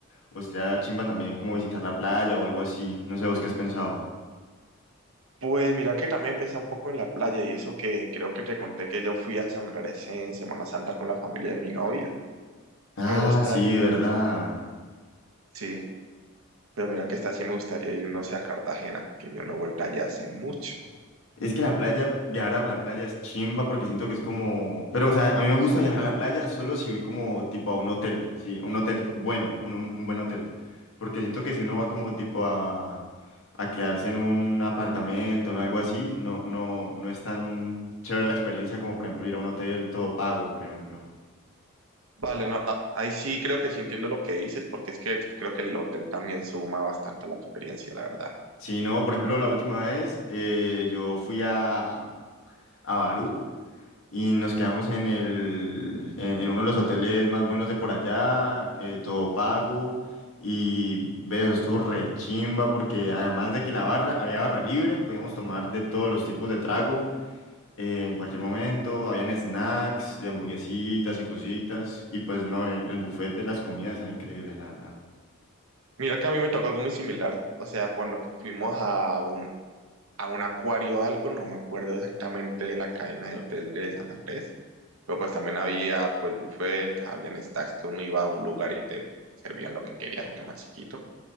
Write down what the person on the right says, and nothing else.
Pues mira que también pensé un poco en la playa y eso que creo que te conté que yo fui a San Andrés en Semana Santa con la familia de mi novia,
pero está...
Sí, pero mira que esta sí me gustaría ir, no sé, a Cartagena, que yo no he vuelto allá hace mucho.
Vale, no, a- ahí sí creo que sí entiendo lo que dices, porque es que creo que el hotel también suma bastante a la experiencia, la verdad.
Mira que a mí me tocó algo muy similar, o sea, cuando fu- fuimos a un, a un acuario o algo, no me acuerdo exactamente de la cadena de hotel de San Andrés, pero pues también había pues buffet, habían stacks que uno iba a un lugar y te servían lo que querías, aunque más chiquito,